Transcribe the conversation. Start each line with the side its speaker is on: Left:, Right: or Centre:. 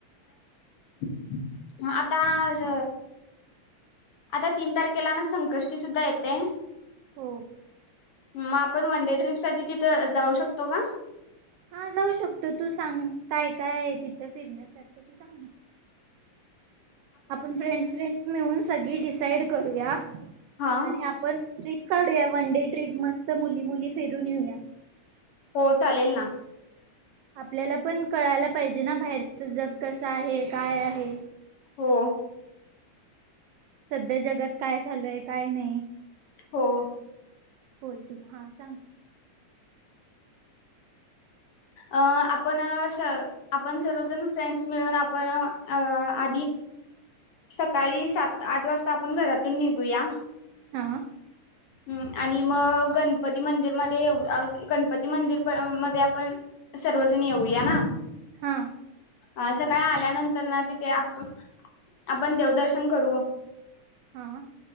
Left: मग आता आज आता तीन तारखेला ना संकष्टी सुद्धा येते.
Right: हो.
Left: मग आपण वन डे ट्रिपसाठी तिथं जाऊ शकतो का?
Right: हा जाऊ शकतो तू सांग काय काय आहे तिथं फिरण्यासारखं तू सांग? आपण फ्रेंड्स फ्रेंड्स मिळून सगळी डिसाईड करूया
Left: हा
Right: आणि आपण ट्रिप काढूया वन डे ट्रिप मस्त मुली मुली फिरून येऊया
Left: हो चालेल ना
Right: आपल्याला पण कळायला पाहिजे ना बाहेरच जग कस आहे, काय आहे?
Left: हो.
Right: सध्या जगात काय चालूय, काय नाही?
Left: हो.
Right: होय तू हा सांग
Left: अ आपण स आपण सर्वजण फ्रेंड्स मिळून आपण अ आधी सकाळी सात आठ वाजता आपण घरातून निघूया
Right: हा
Left: हम् आणि मग गणपती मंदिर मध्ये ये गणपती मंदिर मध्ये आपण सर्वजण येऊया ना?
Right: हा.
Left: अ सकाळी आल्यानंतर ना तिथे आप आपण देवदर्शन करू.
Right: हा.